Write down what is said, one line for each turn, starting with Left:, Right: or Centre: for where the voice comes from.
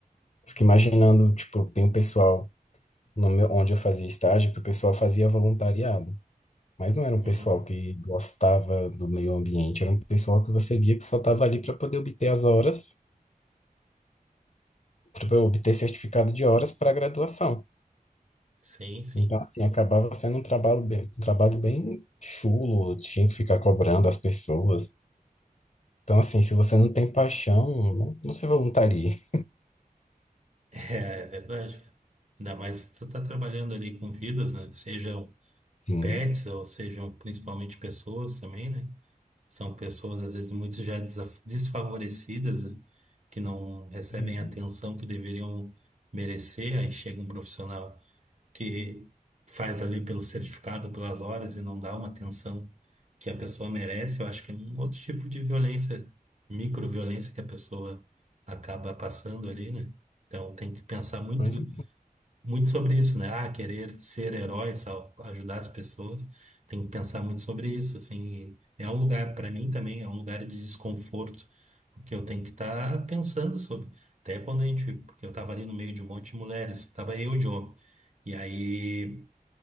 Left: Fico imaginando, tipo, tem um pessoal no meu, onde eu fazia estágio que o pessoal fazia voluntariado, mas não era um pessoal
Right: Uhum.
Left: que gostava do meio ambiente, era um pessoal que você via que só estava ali para poder obter as horas, para obter certificado de horas para a graduação.
Right: Sim, sim.
Left: Então, assim, acabava sendo um trabalho bem, um trabalho bem chulo, tinha que ficar cobrando as pessoas. Então, assim, se você não tem paixão, não, não se voluntarie.
Right: É é verdade. cara. Ainda mais se tu tá trabalhando ali com vidas, né? Sejam
Left: Hum,
Right: pets ou sejam principalmente pessoas também, né? São pessoas, às vezes, muito já desaf- desfavorecidas, né? que não recebem
Left: hum,
Right: a atenção que deveriam merecer. Aí chega um profissional que faz ali pelo certificado, pelas horas e não dá uma atenção que a pessoa merece. Eu acho que é um outro tipo de violência, microviolência que a pessoa acaba passando ali, né? Então tem que pensar muito
Left: Pois, é,
Right: muito sobre isso, né? Ah, querer ser herói, sal- ajudar as pessoas. Tem que pensar muito sobre isso, assim. e É um lugar, para mim também, é um lugar de desconforto, porque eu tenho que estar pensando sobre. Até quando a gente, porque eu estava ali no meio de um monte de mulheres, estava eu de homem. E aí